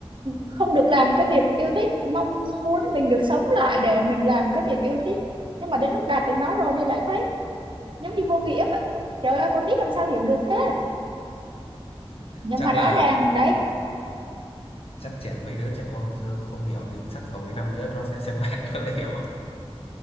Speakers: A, on the right; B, on the left.
A: không được làm cái việc yêu thích mong muốn mình được sống lại để mình làm cái việc yêu thích nhưng mà đến lúc đạt được nó rồi thì lại thấy giống như vô
B: ừ.
A: nghĩa vậy trời ơi con nít làm sao hiểu được thế nhưng
B: chắc
A: mà rõ
B: là
A: ràng đấy
B: ừ. chắc trẻ mấy đứa trẻ con hồi xưa không hiểu nhưng chắc sau mấy năm nữa nó sẽ xem lại <laughs> nó lại hiểu